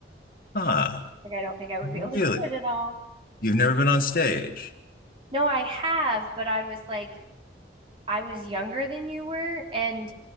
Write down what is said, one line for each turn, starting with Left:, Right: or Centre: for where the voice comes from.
Left: ah,
Right: Like, I don't think I would be able
Left: really?
Right: to do it at all.
Left: You've never been on stage?
Right: No, I have, but I was like, I was younger than you were, and